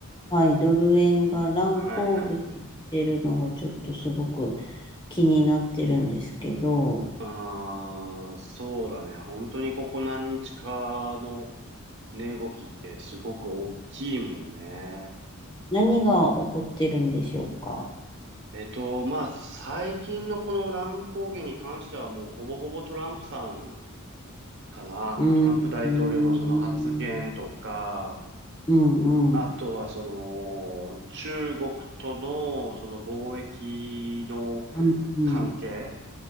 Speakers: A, on the left; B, on the right.
A: はい、ドル円が乱高下してるのがちょっとすごく
B: はいはい。
A: 気になってるんですけど、
B: ああ、そうだね。本当にここ何日かの値動きってすごく大きいもんね。
A: 何が起こってるんでしょうか。
B: えっと、まあ、最近のこの乱高下に関してはもうほぼほぼトランプさんかな。
A: うん、
B: トランプ大統領のその発言とか、
A: うん、うん、うん、
B: あとはその中国とのその貿易の
A: うん、うん
B: 関係